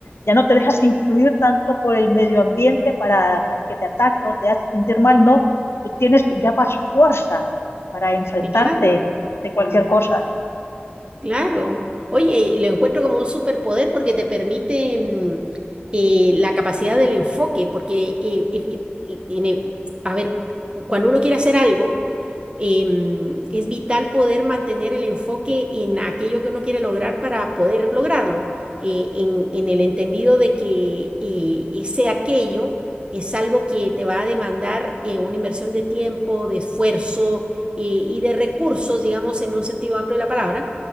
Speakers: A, on the left; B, on the right.
A: ya no te dejas influir tanto por el medio ambiente para que, que te ataca o te hace sentir mal, no, tú tienes ya más fuerza para enfrentarte
B: claro.
A: de cualquier cosa.
B: Claro. Oye, lo encuentro como un superpoder porque te permite mm, eh, la capacidad del enfoque, porque, eh, if- if- i- in e- a ver, cuando uno quiere hacer algo, em, es vital poder mantener el enfoque en aquello que uno quiere lograr para poder lograrlo, eh, en, en el entendido de que eh, ese aquello es algo que te va a demandar eh, una inversión de tiempo, de esfuerzo eh, y de recursos, digamos, en un sentido amplio de la palabra